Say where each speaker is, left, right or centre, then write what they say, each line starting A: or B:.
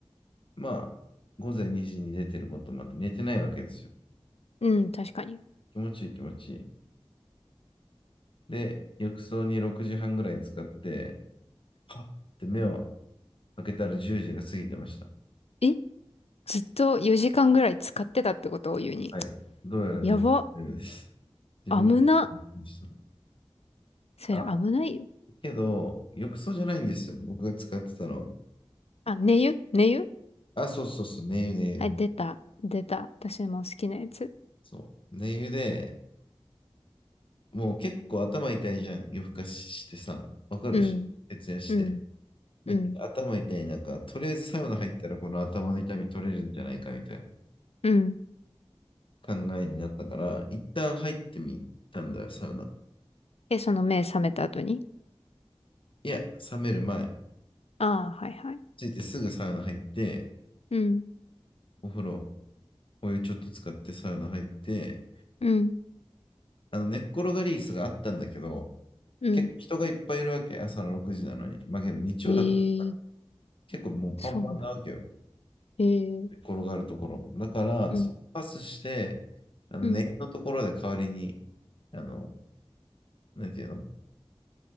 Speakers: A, on the left; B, on the left.
A: まあ、午前2時に出てることもあって、寝てないわけですよ。
B: うん、確かに。
A: 気持ちいい気持ちいい。で、浴槽に6時半ぐらいに使って、はっって目を開けたら10時が過ぎてました。
B: え、ずっと4時間ぐらい使ってたってことを言うに。
A: はい。どうやら寝てるようです。
B: やば、
A: 自分で
B: 危な。
A: 寝て
B: それ危ないよ。
A: たあ、けど、浴槽じゃないんですよ。僕が使ってたのは。
B: あ、寝湯寝湯
A: あ、そうそうそう、寝湯寝湯。
B: はい、出た、出た。私も好きなやつ。
A: そう。寝湯で、もう結構頭痛いじゃん。夜更かししてさ、わかるし、
B: うん、
A: 徹夜して。
B: うん、
A: めっちゃ頭痛い中、
B: うん、
A: とりあえずサウナ入ったらこの頭の痛み取れるんじゃないかみたいな
B: うん。
A: 考えになったから、一旦入ってみたんだよ、サウナ。
B: え、その目覚めた後に
A: いや、冷める前、
B: ああー、はいはい。
A: ついてすぐサウナ入って、
B: うん、
A: お風呂、お湯ちょっと使ってサウナ入って、
B: うん、
A: あの、寝っ転がり椅子があったんだけど、
B: うん。
A: 結構人がいっぱいいるわけ、朝の6時なのに。まあけど日曜だったら
B: ええ
A: 結構もうパンパンなわけよ。
B: そうな。ええ
A: 転がるところも。だから、
B: うん、
A: そこパスして、あの、
B: うん、
A: ネットのところで代わりに、あの、なんていうの